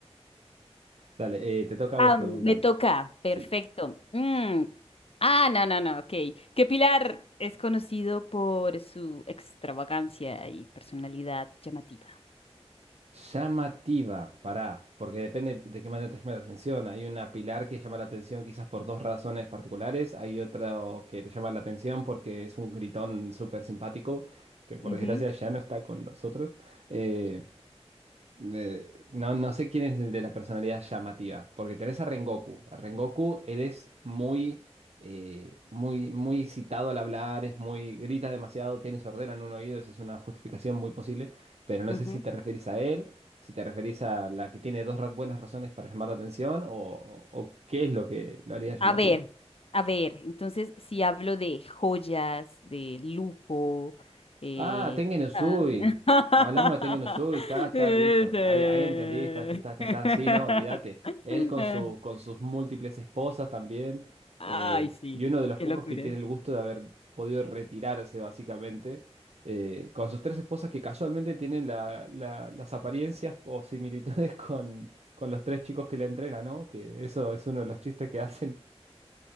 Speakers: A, on the right; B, on the left.
A: Dale, eh, te toca a
B: Ah,
A: vos preguntarme.
B: me toca. Perfecto.
A: Sí.
B: Mm. Ah, no, no, no, ok. Que Pilar es conocido por su extravagancia y personalidad llamativa.
A: Llamativa, pará, porque depende de qué manera te llame la atención. Hay una pilar que llama la atención quizás por dos razones particulares. Hay otro que te llama la atención porque es un gritón súper simpático, que por
B: Ujú,
A: desgracia ya no está con nosotros. Eh, Eh, no, no sé quién es el de la personalidad llamativa, porque tenés a Rengoku. A Rengoku, él es muy, eh, muy, muy excitado al hablar, es muy, grita demasiado, tiene sordera en un oído, eso es una justificación muy posible, pero no
B: ujú.
A: sé si te referís a él, si te referís a la que tiene dos ra- buenas razones para llamar la atención o, o- o qué es lo que lo haría llamativo.
B: A ver, a ver, entonces si hablo de joyas, de lujo, eh,
A: Ah, Tengen Uzui.
B: ah.
A: Hablamos
B: <laughs>
A: de Tengen Uzui, está, está
B: Ese.
A: listo. Ahí, ahí entendí, está, está, está, está,
B: <laughs>
A: está. Sí, no, olvídate. Él con su, con sus múltiples esposas también.
B: Ay,
A: eh,
B: sí,
A: y uno de los
B: qué
A: pocos
B: locura.
A: que tiene el gusto de haber podido retirarse, básicamente. eh, con sus tres esposas que casualmente tienen la- la- las apariencias o similitudes <laughs> con, con los tres chicos que le entrenan, ¿no? Que eso es uno de los chistes que hacen.